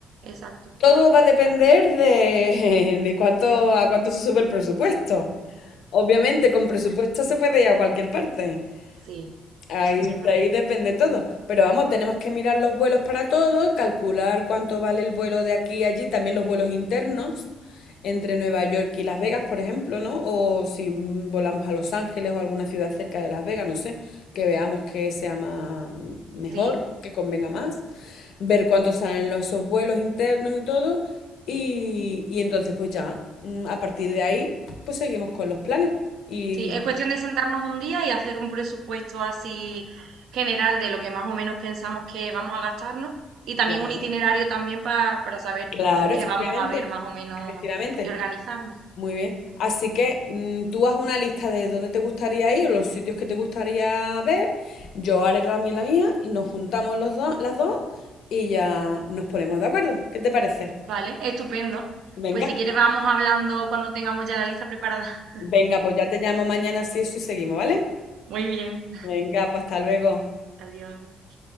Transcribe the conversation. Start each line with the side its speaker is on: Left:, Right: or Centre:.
Right: Exacto.
Left: Todo va a depender de, <laughs> de cuánto a cuánto se sube el presupuesto. Obviamente, con presupuesto se puede ir a cualquier parte.
Right: Sí,
Left: Ahí,
Right: eso es verdad.
Left: de ahí depende todo. Pero vamos, tenemos que mirar los vuelos para todo, calcular cuánto vale el vuelo de aquí a allí, también los vuelos internos entre Nueva York y Las Vegas, por ejemplo, ¿no? O si mm, volamos a Los Ángeles o alguna ciudad cerca de Las Vegas, no sé, que veamos que sea más mejor,
Right: Sí,
Left: que convenga más, ver cuánto salen los, esos vuelos internos y todo, y, y entonces pues ya, mm, a partir de ahí, pues seguimos con los planes. Y
Right: sí, es cuestión de sentarnos un día y hacer un presupuesto así general de lo que más o menos pensamos que vamos a gastarnos y también
Left: claro.
Right: un itinerario también pa- para saber
Left: Claro,
Right: pues qué
Left: efectivamente,
Right: vamos a ver más o menos
Left: efectivamente.
Right: y organizarnos.
Left: Muy bien. Así que mm, tú haz una lista de dónde te gustaría ir, los sitios que te gustaría ver. Yo haré también la mía, nos juntamos los dos, las dos y ya nos ponemos de acuerdo. ¿Qué te parece?
Right: Vale, estupendo.
Left: Venga,
Right: Pues si quieres vamos hablando cuando tengamos ya la lista preparada. <laughs>
Left: venga, pues ya te llamo mañana si eso y seguimos, ¿vale?
Right: Muy bien.
Left: Venga, pues hasta luego.
Right: Adiós.